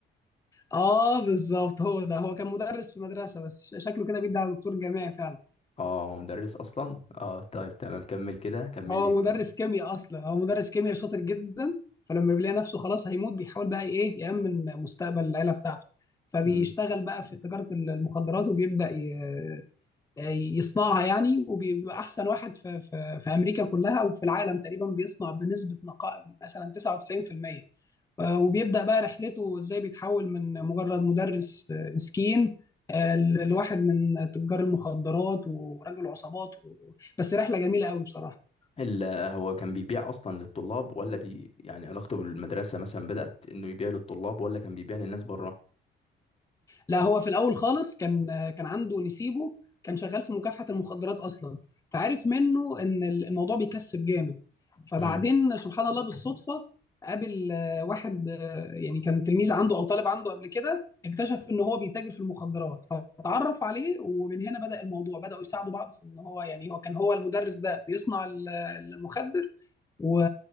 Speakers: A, on the left; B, on the left.
A: اه بالظبط هو ده هو كان مدرس في مدرسه بس ش- شكله كده بيدعي على دكتور جامعي فعلا
B: اه هو مدرس اصلا اه طيب تمام كمل كده كمل
A: هو
B: لي يمكن
A: مدرس كيمياء اصلا هو مدرس كيمياء شاطر جدا فلما بيلاقي نفسه خلاص هيموت بيحاول بقى ايه يأمن مستقبل العيله بتاعته فبيشتغل
B: امم
A: بقى في تجاره ال- المخدرات وبيبدأ ي- يصنعها يعني وبيبقى احسن واحد في في في امريكا كلها او في العالم تقريبا بيصنع بنسبه نقاء مثلا 99% آه، وبيبدأ بقى رحلته ازاي بيتحول من مجرد مدرس آه، مسكين آه، ل- لواحد من تجار المخدرات ورجل عصابات و... بس رحلة جميلة قوي بصراحة
B: ال- هو كان بيبيع اصلا للطلاب ولا بي يعني علاقته بالمدرسه مثلا بدات انه يبيع للطلاب ولا كان بيبيع للناس بره
A: لا هو في الاول خالص كان كان عنده نسيبه كان شغال في مكافحه المخدرات اصلا فعرف منه ان الموضوع بيكسب جامد فبعدين
B: امم
A: سبحان الله بالصدفه قابل آه، واحد آه، يعني كان تلميذ عنده او طالب عنده قبل كده اكتشف ان هو بيتاجر في المخدرات فتعرف عليه ومن هنا بدأ الموضوع بدأوا يساعدوا بعض في ان هو يعني هو كان هو المدرس ده بيصنع ال- المخدر و...